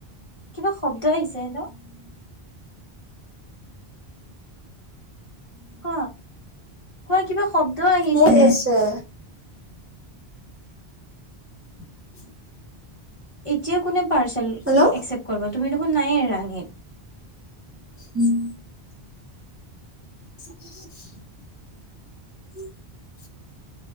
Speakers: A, on the left; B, on the right.
A: কিবা শব্দ ত আহছে হেল্ল ক কোৱা কিবা শব্দ আহিছে
B: মোৰ আছে <inaudible>
A: এতিয়া কোনে পাৰ্চেল
B: হেল্ল'
A: একচেপ কৰিব তুমি নায় ৰাঙীত
B: উম <inaudible>